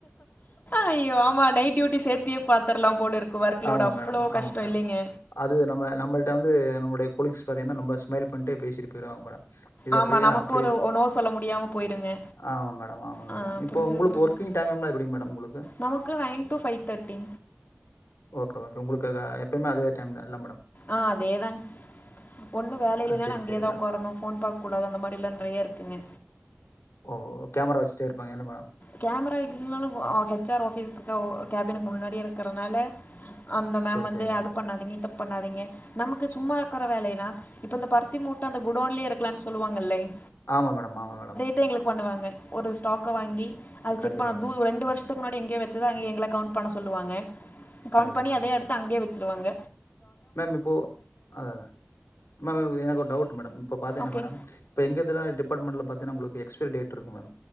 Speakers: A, on the left; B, on the left.
A: ஐயோ ஆமா நைட் டியூட்டி சேர்த்தியே பாத்திரலா போல இருக்கு ஒர்க் லோடு
B: ஆமா
A: அவ்ளோ
B: மேடம்
A: கஷ்ட
B: ஆமா மேடம்
A: இல்லைங்க
B: அது நம்ம நம்மள் ட்ட வந்து நம்முடைய கொளிக்ஸ பாத்தீங்கனா நம்ம ஸ்மைல் பண்ணிட்டே பேசிட்டு போயிருவாங்க மேடம் இது
A: ஆமா
B: அப்படியா
A: நமக்கும்
B: அப்படி
A: ஒரு நோ சொல்ல முடியாம போயிருங்க
B: ஆமா மேடம் ஆமா மேடம்
A: ஆ
B: இப்ப
A: புரிஞ்சுது
B: உங்களுக்கு
A: புரிஞ்சுது
B: ஒர்க்கிங் டைம்மம்லா எப்டி மேடம் உங்களுக்கு
A: நமக்கு nine to five thirty
B: okay okay உங்களுக்கு அதா எப்பமே அதே டைம் தா இல்ல மேடம்
A: ஆ அதேதான்ங்க ஒன்னு வேல இல்லைன்னாலு
B: ஆ சரி
A: அங்கயேதா
B: சரி மேடம்
A: உக்காரணு ஃபோன் பாத் கூடாது அந்த மாரிலா ட்ரையா இருக்குங்க
B: ஓ கேமரா வச்சிட்டே இருப்பாங்க என்ன மேடம்
A: கேமரா இல்லனாலு கெச் ஆர் ஆஃபீஸ்கிட்ட கேபினுக்கு முன்னாடி எடுக்கறனால அந்த மேம்
B: சரி
A: வந்து
B: சரி மேடம்
A: அத பண்ணாதீங்க இத பண்ணாதீங்க நமக்கு சும்மா இருக்கற வேலைனா இப்போ இந்த ப ருத்தி மூட்ட அந்த குடோன்லயே இருக்கலான்னு சொல்லுவாங்ல்லீங்
B: ஆமா மேடம் ஆமா மேடம்
A: ட்டு எங்களுக்கு பண்ணுவாங்க ஒரு ஸ்டாக்க வாங்கி அத செக்
B: கண்டிப்பாக
A: பண்ண
B: மேடம்
A: தூ ரெண்டு வருஷ த்துக்கு முன்னாடி எங்யோ வெச்சத அங்க எங்கள கவுண்ட் பண்ண சொல்லுவாங்க கவுண்ட்
B: கண்டிப்பாக
A: பண்ணி
B: கண்டிப்பாக
A: அதே அடுத்து அங்கே வெச்சிருவாங்க
B: மேம் இப்போ அதாதா மேம் எனக்கு ஒரு டவுட் மேடம் இப்போ பாத்தீங்னா
A: ஓகே
B: மேடம் இப்ப எங்கதுல டிப்பார்ட்மெண்ட்ல பாத்திங்னா உங்களுக்கு எக்ஸ்பைரி டேட் இருக்கு மேம்